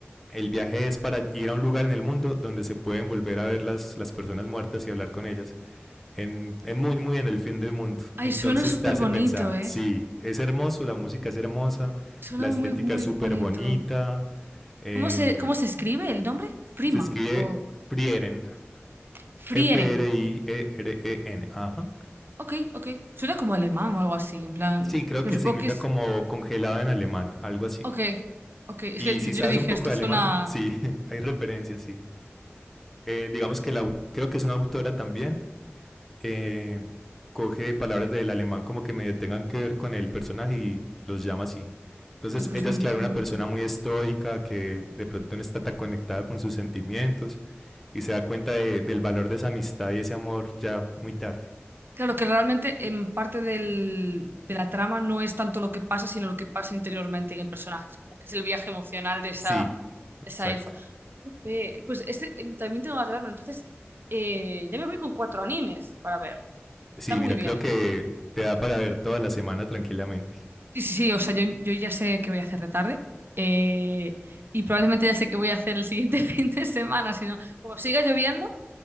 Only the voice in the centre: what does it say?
el viaje es para ir a un lugar en el mundo donde se pueden volver a ver las, las personas muertas y hablar con ellas. En, en muy, muy en el fin del mundo.
Entonces
te hace
pensar,
sí, es hermoso, la música es hermosa,
la estética
es súper
bonita. eh,
se escribe
Frieren,
F-R-I-E-R-E-N. Ajá.
Sí, creo
que
significa
como congelada en alemán, algo así.
Y
si
sabes
un poco
de
alemán, sí, <laughs> hay referencias, sí. eh, digamos que la, creo que es una autora también, eh, coge palabras del alemán como que medio tengan que ver con el personaje y los llama así. Entonces
ella
es
claro una persona muy estoica que de pronto no está tan conectada con sus sentimientos y se da cuenta de, del valor de esa amistad y ese amor ya muy tarde.
Sí, exacto.
Sí,
mira,
creo que
te da para ver toda la semana tranquilamente.